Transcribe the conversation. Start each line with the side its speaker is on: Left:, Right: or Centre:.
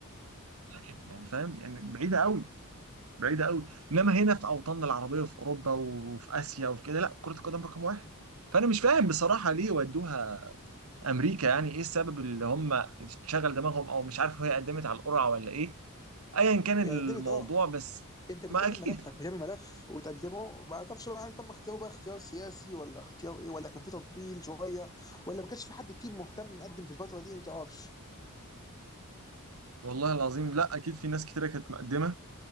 Right: لكن يعني فاهم يعني بعيده قوي بعيده قوي انما هنا في اوطاننا العربيه وفي اوروبا وفي اسيا وفي كده لا كره القدم رقم واحد فانا مش فاهم بصراحه ليه ودوها امريكا يعني ايه السبب اللي هم شغل دماغهم او مش عارف هي قدمت على القرعه ولا ايه ايا كان
Left: يعني
Right: الموضوع
Left: دمت اه
Right: بس
Left: انت بتقدم
Right: ما اكيد
Left: ملفك بتعمل ملف وتقدمه ما تعرفش بقى هل تم اختياره بقى اختيار سياسي ولا اختيار ايه ولا كان في تطبيل شويه ولا ما كانش في حد كتير مهتم مقدم في الفتره دي ما تعرفش
Right: والله العظيم لا اكيد في ناس كتيره كانت مقدمه